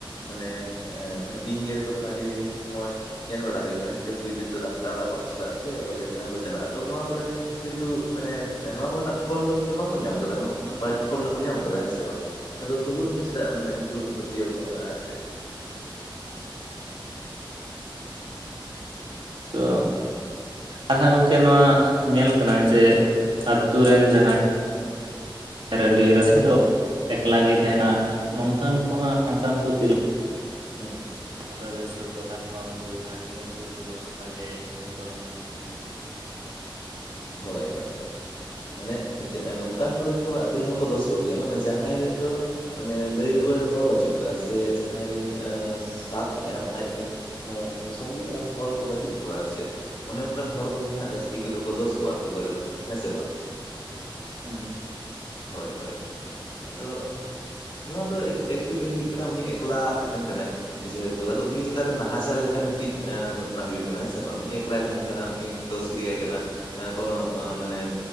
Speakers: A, on the left; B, on the right.
A: ᱢᱟᱱᱮ ᱟ ᱢᱟᱱᱮ ᱵᱤᱧ ᱜᱮᱨ ᱠᱚ ᱨᱮ ᱦᱚᱸ ᱟᱰᱤ ᱢᱚᱪ ᱧᱮᱞ ᱵᱟᱲᱟ ᱦᱩᱭ ᱠᱟᱱᱟ᱾ᱯᱩᱭᱞᱩ ᱫᱚ ᱰᱟᱠᱛᱟᱨ ᱚᱲᱟᱜ ᱵᱟᱠᱚ ᱪᱟᱞᱟᱜ ᱛᱮ, ᱚᱡᱷᱟ ᱴᱷᱮᱱ ᱜᱮ ᱠᱚ ᱪᱟᱞᱟᱜᱼᱟ ᱾ᱛᱳ ᱱᱚᱣᱟ ᱠᱚᱨᱮ ᱠᱤᱱᱛᱩ ᱢᱟᱱᱮ ᱱᱚᱣᱟ ᱠᱚᱨᱮᱱᱟᱼᱜ ᱯᱷᱚᱞ ᱫᱚ ᱠᱤᱱᱛᱩ ᱵᱟᱠᱚ ᱧᱟᱢ ᱠᱟᱫᱟ᱾ ᱱᱚᱣᱟ ᱠᱚᱨᱮᱱᱟᱜ ᱵᱟᱹᱲᱤᱡ ᱯᱷᱚᱞ ᱨᱮᱠᱚ ᱧᱟᱢ ᱠᱟᱫᱟ ᱦᱮᱸ ᱥᱮ ᱵᱟᱝ? ᱟᱫᱚ ᱛᱚᱵᱩ ᱨᱮᱦᱚᱸ ᱪᱮᱫᱟᱜ ᱢᱟᱱᱮ, ᱩᱱᱠᱩ ᱜᱮᱠᱚ ᱯᱟᱹᱛᱭᱟᱹᱣ ᱜᱟᱱ ᱾ᱟᱨ ᱪᱮᱫ <inaudible>
B: ᱛᱚ ᱟᱦᱚᱸ ᱜᱚᱝᱠᱮ ᱱᱚᱣᱟ ᱧᱮᱞ ᱠᱟᱱᱟ, ᱡᱮ ᱟᱹᱛᱩ ᱨᱮᱱ ᱡᱟᱦᱟᱸᱭ ᱨᱟᱺᱰᱤ ᱮᱨᱟ ᱥᱮᱦᱟᱸ ᱫᱚ, ᱮᱠᱞᱟ ᱜᱮ ᱛᱟᱦᱮᱱᱟ᱾ ᱱᱚᱝᱠᱟᱱ ᱠᱚᱦᱟᱸ ᱱᱚᱝᱠᱟᱱ ᱠᱚ ᱛᱤᱨᱞᱟᱹ᱾
A: ᱦᱩᱸ
B: ᱫᱚ ᱵᱮᱥᱤᱶ ᱰᱚᱞᱟᱨ ᱠᱚᱣᱟ ᱩᱱᱠᱩ ᱜᱮ ᱡᱟᱦᱟᱭ᱾ ᱠᱮ ᱩᱱᱠᱩ ᱠᱚᱫᱚ ᱥᱚᱦᱟᱡᱮ ᱱᱩᱭ ᱫᱚ ᱱᱚᱝᱠᱟ ᱦᱟᱱᱠᱟ᱾
A: ᱦᱳᱭ - ᱦᱳᱭ - ᱦᱳᱭ ᱢᱟᱱᱮ ᱱᱚᱝᱠᱟᱱ ᱦᱚᱲ ᱜᱮᱠᱚ ᱟᱹᱛᱩ ᱨᱮᱦᱚᱸ ᱠᱚ ᱫᱚᱥ ᱠᱚᱜᱮᱭ-ᱟ᱾ ᱢᱟᱱᱮ ᱡᱟᱦᱟᱸᱭ ᱨᱮᱫᱚᱸ ᱢᱟᱱᱮ ᱞᱟᱹᱭ ᱨᱩᱣᱟᱹᱲ ᱦᱚᱲ ᱵᱟᱹᱪᱩᱜ ᱠᱚᱣᱟ᱾ ᱥᱮ ᱡᱟᱦᱟᱸᱭ ᱨᱮᱱ ᱥᱟᱛᱷ ᱮᱢ ᱟᱡᱨᱤᱱ ᱮ ᱥᱚᱝᱜᱤ ᱮᱢ ᱦᱚᱲ ᱠᱚ, ᱵᱟᱪᱩᱜ ᱠᱚᱣᱟ ᱟᱨ ᱪᱮᱫ, ᱚᱱᱮ ᱚᱱᱠᱟᱱ ᱦᱚᱲ ᱠᱚᱜᱮ ᱦᱱᱟᱜ ᱡᱟᱹᱥᱛᱤ ᱠᱚᱼᱫᱚ ᱠᱚ ᱫᱚᱥ ᱛᱳ ᱟᱹᱛᱩ ᱠᱚᱨᱮ ᱫᱚ ᱦᱮᱸ ᱥᱮ ᱵᱟᱝ?
B: ᱦᱩᱸ
A: ᱦᱳᱭ ᱦᱳᱭ ᱟᱫᱚ ᱱᱚᱣᱟ ᱫᱚ ᱮᱠᱪᱩᱭᱮᱞᱤ ᱦᱩᱭᱩᱜ ᱠᱟᱱᱟ᱾ ᱩᱱᱤ ᱮᱠᱞᱟ ᱛᱟᱦᱮᱱ ᱠᱟᱱᱟᱭ ᱡᱮᱦᱮᱛᱩ ᱟᱫᱚ ᱩᱱᱤ ᱪᱮᱛᱟᱱ ᱨᱮ ᱱᱟᱦᱟᱪᱟᱨ ᱞᱮᱠᱟ, ᱢᱤᱫᱴᱤᱡ ᱜᱷᱚᱴᱚᱱᱟ ᱦᱩᱭᱩᱼᱜ ᱠᱟᱱᱟ ᱾ᱦᱸ ᱥᱮ ᱵᱟᱝ? ᱮᱠᱞᱟᱭ ᱛᱟᱦᱮᱱ
B: ᱦᱮᱸ
A: ᱠᱟᱱᱟ ᱩᱱᱤᱢ ᱫᱚᱥ ᱤᱫᱤᱭᱟᱭ ᱠᱟᱱᱟ ᱠᱳᱱ ᱢᱟᱱᱮ